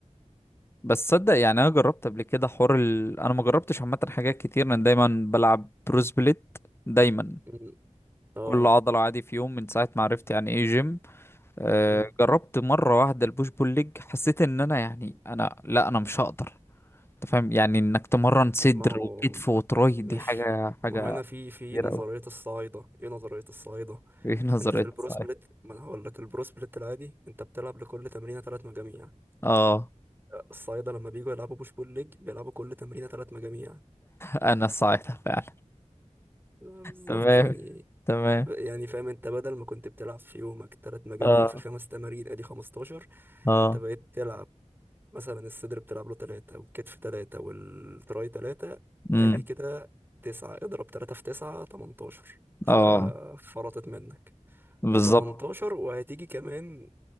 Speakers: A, on the left (about 20°); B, on the right (about 15°).
A: بس صدق يعني انا جربت قبل كده حوار ال... انا ما جربتش عامه حاجات كتير انا دايما بلعب بروس بليت دايما
B: مم. اه
A: كل عضله عادي في يوم من ساعه ما عرفت يعني ايه جيم آه،
B: مم.
A: جربت مرة واحدة البوش بول ليج حسيت ان انا يعني انا لا انا مش هقدر انت فاهم يعني انك تمرن صدر
B: ما هو
A: وكتف وتراي
B: مش
A: دي حاجة
B: ما
A: حاجة
B: هو هنا في في
A: كبيرة
B: نظرية
A: اوي
B: الصعايدة ايه نظرية الصعايدة
A: <laughs> ايه نظرية
B: انت في البرو
A: صحيح
B: سبليت ما انا هقول لك البرو سبليت العادي انت بتلعب لكل تمرينة ثلاث مجاميع
A: اه
B: الصعايدة لما بييجوا يلعبوا بوش بول ليج بيلعبوا كل تمرينة ثلاث مجاميع
A: انا صحيح فعلا
B: آه، بالظبط
A: تمام
B: يعني
A: تمام
B: يعني فاهم انت بدل ما كنت بتلعب في يومك ثلاث مجاميع
A: اه
B: في الخمس تمارين ادي 15
A: اه
B: انت بقيت تلعب مثلا الصدر بتلعب له تلاتة والكتف تلاتة والتراي تلاتة
A: امم
B: ادي كده تسعة اضرب تلاتة في تسعة تمنتاشر ففرطت
A: اه
B: منك
A: بالظبط
B: وتمنتاشر وهتيجي كمان